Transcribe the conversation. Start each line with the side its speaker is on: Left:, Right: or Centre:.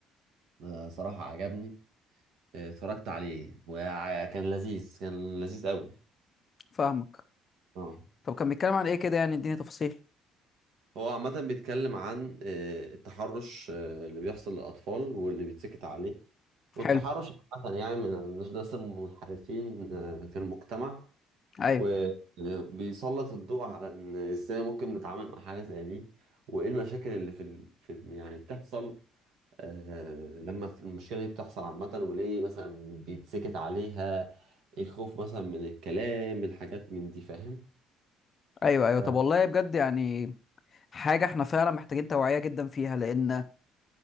Right: أه، صراحة عجبني أه، اتفرجت عليه وكان لذيذ كان لذيذ قوي
Left: فاهمك
Right: اه
Left: طب كان بيتكلم عن ايه كده يعني اديني تفاصيل
Right: هو عامة بيتكلم عن آه، التحرش آه، اللي بيحصل للأطفال واللي بيتسكت عليه والتحرش
Left: حلو
Right: عامة يعني من الناس المنحرفين آه، في المجتمع
Left: ايوه
Right: وبيسلط الضوء على إن إزاي ممكن نتعامل مع حاجة زي دي وإيه المشاكل اللي في, ال... في يعني بتحصل آه، لما في- المشكلة دي بتحصل عامة وليه مثلا بيتسكت عليها الخوف مثلا من الكلام الحاجات من دي فاهم؟
Left: ايوه ايوه
Right: ف...
Left: طب والله بجد يعني حاجه احنا فعلا محتاجين توعيه جدا فيها لان